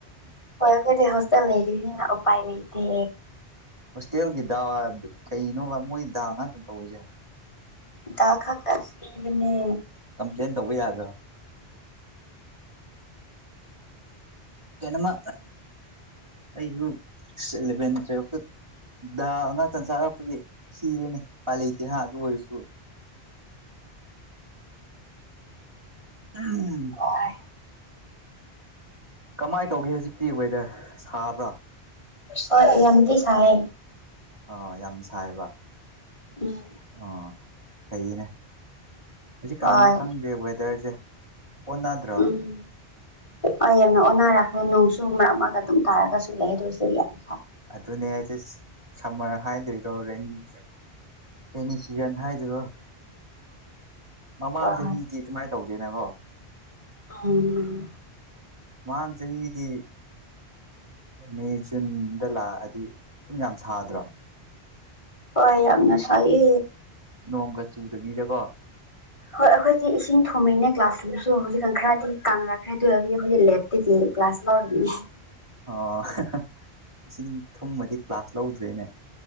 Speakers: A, on the left (about 30°); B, on the right (about 25°).
A: ꯍꯣꯏ ꯀꯣꯏꯗꯤ ꯍꯣꯁꯇꯦꯜ ꯂꯩꯔꯤ ꯎꯄꯥꯏ ꯂꯩꯇꯦ
B: ꯍꯣꯁꯇꯦꯜꯒꯤ ꯗꯥ ꯀꯩꯅꯣꯕ ꯃꯣꯏ ꯗꯥ ꯉꯥꯛꯇꯪ ꯇꯧꯔꯤꯁꯦ
A: ꯗꯥꯛ ꯀꯁꯤꯅꯦ
B: ꯀꯝꯄ꯭ꯂꯦꯟ ꯇꯧꯕ ꯌꯥꯗ꯭ꯔꯣ ꯀꯩꯅꯣꯃ ꯑꯩꯁꯨ ꯑꯦꯂꯚꯦꯟ ꯇꯨꯋꯦꯜꯐꯇ ꯑ ꯉ ꯆꯟ ꯆꯔꯄꯒꯤ ꯈꯔꯅꯦ ꯄꯥꯂ ꯍꯥꯥ ꯇꯨ ꯑꯣꯏꯣꯏ ꯁ ꯎꯝ
A: ꯍꯣꯏ
B: ꯀꯃꯥꯏꯅ ꯇꯧꯒꯦ ꯍꯧꯖꯤꯛꯇꯤ ꯋꯦꯗꯔ ꯁꯥꯕ꯭ꯔꯥ
A: ꯍꯣꯏ ꯑꯗꯤ ꯆꯑ
B: ꯑꯥ ꯌꯥꯝ ꯁꯥꯏꯕ
A: ꯎꯝ
B: ꯑꯥ ꯐꯩꯅꯦ ꯍꯧꯖꯤꯛꯀꯥꯟꯁꯦ
A: ꯍꯣꯏ
B: ꯈꯪꯗꯦ ꯋꯦꯗꯔꯁꯦ ꯑꯣꯟꯅꯗ꯭ꯔꯣ
A: ꯎꯝ ꯍꯣꯏ ꯌꯥꯝꯡꯉꯣ ꯑꯣꯟꯅꯔꯥ ꯅꯣꯡꯁꯨꯨ ꯃꯔꯛ ꯑꯃꯒ ꯑꯗꯨꯝ ꯇꯥꯔꯒꯁꯨ ꯂꯩ ꯑꯗꯨꯗꯣꯏ ꯁꯤꯁꯨ ꯌꯥꯏ
B: ꯑꯗꯨꯅꯦ ꯑꯩꯁꯦ ꯁꯝꯃꯔ ꯍꯥꯏꯗꯣꯏꯔꯣ ꯔꯦꯟꯅꯤ ꯑꯦꯅꯤ ꯁꯤꯖꯟ ꯍꯥꯏꯗꯨꯔꯣ ꯃꯃꯥꯡ
A: ꯍꯣꯏ
B: ꯆꯍꯤꯗꯤ ꯑꯗꯨꯃꯥꯏꯅ ꯇꯧꯗꯦꯅꯕꯣ
A: ꯍ ꯃꯅꯦ
B: ꯃꯥꯡ ꯆꯍꯤꯗꯤ ꯃꯦ ꯖꯨꯟꯗ ꯂꯥꯛꯑꯗꯤ ꯁꯨꯝ ꯌꯥꯝ ꯁꯥꯗ꯭ꯔꯣ
A: ꯍꯣꯏ ꯌꯥꯝꯅ ꯁꯌꯦ
B: ꯅꯣꯡꯒ ꯆꯨꯗꯕꯤꯗꯀꯣ
A: ꯍꯣꯏ ꯑꯩꯈꯣꯏꯗꯤ ꯏꯁꯤꯡ ꯊꯨꯝꯃꯤꯅꯦ ꯀ꯭ꯂꯥꯁꯔꯨꯝꯝꯗꯁꯨ ꯍꯧꯖꯤꯛꯀꯥꯟ ꯈꯔꯗꯤ ꯀꯪꯅꯛꯈ꯭ꯔꯦ ꯑꯗꯨ ꯑꯣꯏꯕꯗꯤ ꯑꯩꯈꯣꯏꯒꯤ ꯂꯦꯞꯇꯒꯤ ꯀ꯭ꯂꯥꯁ ꯂꯣꯗꯅꯤ
B: ꯑꯥ ꯏꯁꯤꯡ ꯊꯨꯝꯃꯗꯤ ꯀ꯭ꯂꯥꯁ ꯂꯧꯗ꯭ꯔꯦꯅꯦ